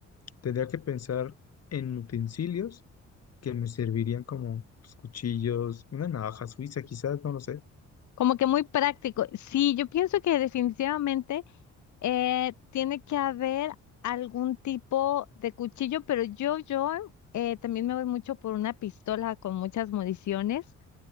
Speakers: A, on the left (about 55°); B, on the left (about 70°).
A: tendría que pensar en utensilios que me servirían como pues, cuchillos, una navaja suiza quizás, no lo sé
B: Como que muy práctico. Sí, yo pienso que definitivamente eh, tiene que haber algún tipo de cuchillo, pero yo, yo eh, también me voy mucho por una pistola con muchas municiones.